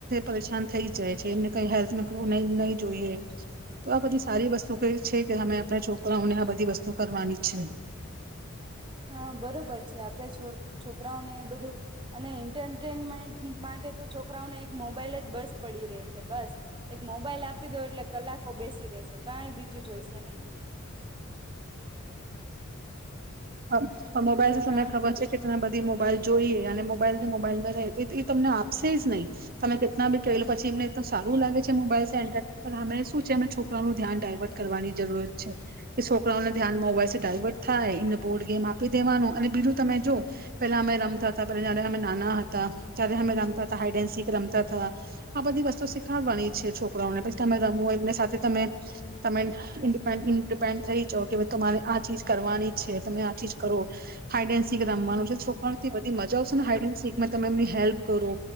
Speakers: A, on the right (about 45°); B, on the right (about 20°).
A: પરેશાન થઈ જાય છે એમને કઈ હેલ્થ નઈ જોઈએ તો આ બધી સારી વસ્તુ ક છે કે આપ છો અમને આ બધી વસ્તુ કરવાની છે.
B: હા બરોબર છે આપડે છો છોકરાઓને બધું અને એન્ટરટેનમેન્ટ માટે તો છોકરાઓને એક મોબાઈલ જ બસ પડી ર છે બસ એક મોબાઈલ આપી દો એટલે કલાકો બેસી રે શકે. કાઈ બીજું જોઈશે નહી.
A: હ તો મોબાઈલ
B: છોકરાઓને
A: તને ખબર છે કેત ના બધા મોબાઈલ જોઈએ અને મોં મોબાઈલ ને મોબાઈલ અર રહે એ તમને આપશે જ નહીં તમે કેટલા બી ક પછી એમને સારું લાગે છે મોબાઈલ એન્ટર અમે શું છે અમે છોકરાઓનું ધ્યાન ડાયવર્ટ કરવાની જરૂરત છે કે છોકરાઓને ધ્યાન મોબાઈલસે ડાયવર્ટ થ થાઈ એમને બોડ ગેમ આપી દેવાનું અને બીજું તમે જો પેલા અમે રમતા હતા <unintelligible> નાના હતા ત્યારે અમે રમતા હતા હાઈડ એન્ડ સીખ રમતા હતાા આ બધી વસ્તુ શીખાવાની છે છોકરાને પછી તમે રમવું હોય એમની સાથે તમે તમે ડીપેન્ડ થઈ જાવ કે તમારે. ચીજ કરવાની છે તમે આ ચીજ કરો હાઈડે એન સીક રમવાનું છે છોકરાને થી બધી મજા આવશે ને હાઇડ એન શીખમાં તમે એમની હેલ્પ કરો.